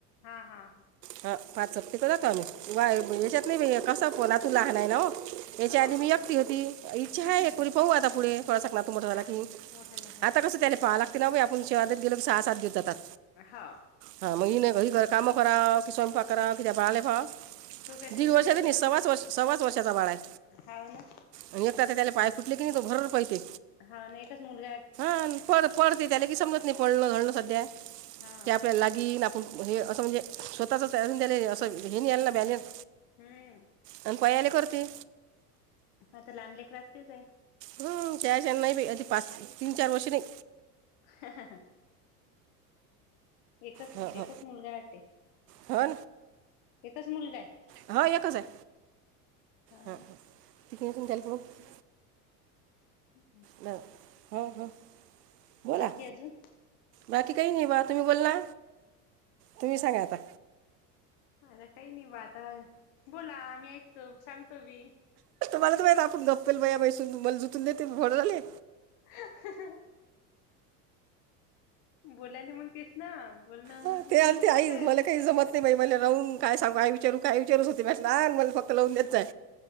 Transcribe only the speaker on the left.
हा हा हा.
हा
हा
हम्म
हम्म
हा
मोठा झाला
की
हाव
तो काय सुसू
थोडीच
येतो
हाव ना
हवं न एकच मुलगा.
हा
स्वतः
हम्म
आता लहान लेकराचं तेच ए.
<inaudible> एकच
एकच मुलगा वाटते?
एकच मुलगा आहे.
हो
ना
<inaudible>
बाकी अजून
अर काय नाही बाात ह बोला आम्ही ऐकतो सांगतो मी
ह बोलायला मग तेस ना बोलणं
असलं
की
मग
बोलले जाते